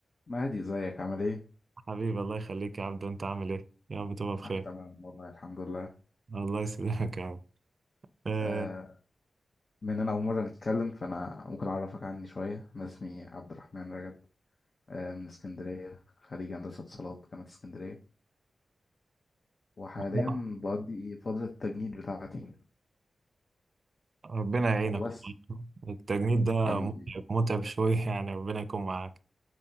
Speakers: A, on the left (about 45°); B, on the right (about 60°).
A: مهدي ازيك عامل ايه؟
B: حبيبي الله يخليك يا عبدو انت عامل ايه يا رب تبقى بخير
A: آه، تمام والله الحمد لله
B: الله يسلمك يا رب آه،
A: آه من انا اول مرة نتكلم فانا ممكن اعرفك عني شوية انا اسمي عبد الرحمن رجب آه من اسكندرية خريج هندسة اتصالات جامعة اسكندرية وحاليا
B: والله
A: بقضي فترة التجنيد بتاعتي
B: ربنا يعينك
A: وبس
B: والله التجنيد ده
A: حبيبي
B: متعب متعب شوية <laughs> يعني ربنا يكون معاك